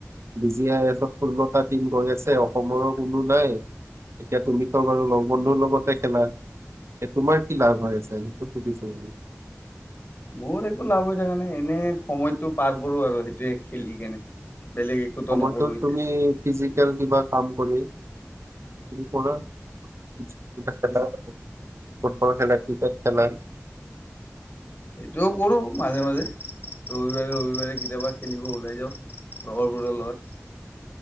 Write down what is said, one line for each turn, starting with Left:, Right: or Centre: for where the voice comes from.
Right: বি জি আই এফত ষোল্লটা টিম গৈ আছে অসমৰো কোনো নাই এতিয়া তুমি ত বাৰু লগ বন্ধুৰ লগতে খেলা এ তোমাৰ কি লাভ হৈ আছে সেইটো <unintelligible>
Left: মোৰ একো লাভ হৈ থকা নাই এনে সময়তটো পাৰ কৰো আৰু সেইটোৱে খেলি কেনে বেলেগ একোতো
Right: অবৰ্তত
Left: নকৰো এতিয়া
Right: তুমি ফিজিকেল কিবা কাম কৰি আজি পৰা কিবা খেলাৱ হক ফুটবল খেলাই ক্ৰিকেট খেলাই।
Left: সেইটোও কৰো মাজে মাজে ৰবিবাৰে ৰবিবাৰে কেতিয়াবা খেলিব ওলাই যাওঁ লগৰবোৰৰ লগত।